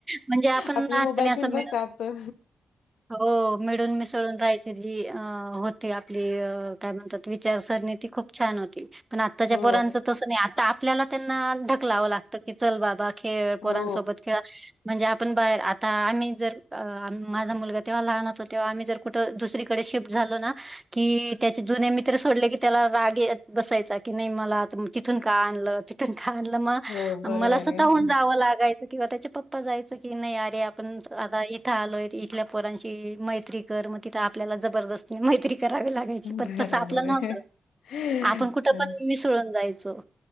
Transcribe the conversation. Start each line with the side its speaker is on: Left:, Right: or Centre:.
Right: म्हणजे, आपण
Left: आपली
Right: लहानपणी
Left: मोबाईल
Right: असं
Left: घेऊन बसा
Right: मिळून
Left: आता
Right: हो, मिळून- मिसळून राहायची. जी अ होती आपली अ काय म्हणतात विचारसरणी, ती खूप छान होती. पण आत्ताच्या
Left: हो
Right: पोरांचं तसं नाही. आता आपल्याला त्यांना ढकलावं लागतं की, चल बाबा खेळ. पोरांसोबत
Left: हो.
Right: खेळा म्हणजे आपण बाहेर, आता आम्ही जर आ माझा मुलगा तेव्हा लहान होता तेव्हा, आम्ही जर कुठं, दुसरीकडे शिफ्ट झालो ना की, त्याचे जुने मित्र सोडले की त्याला राग येत बसायचा की, नाही मला आता तिथून का आणलं? तिथून का आणलं? मग
Left: हो बरोबर
Right: मला स्वतःहून
Left: आहे
Right: जावं लागायचं किंवा त्याचे पप् पा जायचं की, नाही अरे आपण आता इथ थ आलोय. इथल्या पोरांशी मैत्री कर. मग तिथं आपल्याला जबरदस्त मैत्री करावी लागायची.
Left: बरोबर
Right: पण तसं आपलं नव्हतं.
Left: आहे. बरं.
Right: आपण कुठं पण मिसळून जायचो.